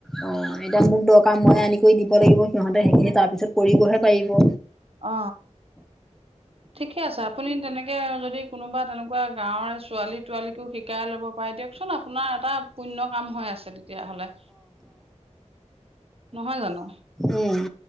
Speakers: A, in the centre; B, on the right.
A: অ এতিয়া মোক দৰকাৰ ময়ে আনি কৰি দিব লাগিব সিহঁতে সেইখিনি
B: উম
A: তাৰপিছত কৰিবহে পাৰিব।
B: অ ঠিকে আছে আপুনি তেনেকে যদি কোনোবা তেনেকোৱা গাঁৱৰ ছোৱালী তোৱালীকো শিকাই ল'ব পাৰে দিয়ক চোন আপোনাৰ এটা পুণ্য কাম হৈ আছে তেতিয়াহলে নহয় জানো
A: উম